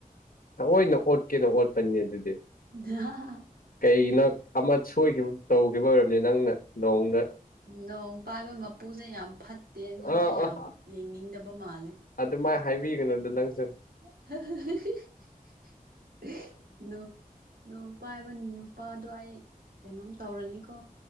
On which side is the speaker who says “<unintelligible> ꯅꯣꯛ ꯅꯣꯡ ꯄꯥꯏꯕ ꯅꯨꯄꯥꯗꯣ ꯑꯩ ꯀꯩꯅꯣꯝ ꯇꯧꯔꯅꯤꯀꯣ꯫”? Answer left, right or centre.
Right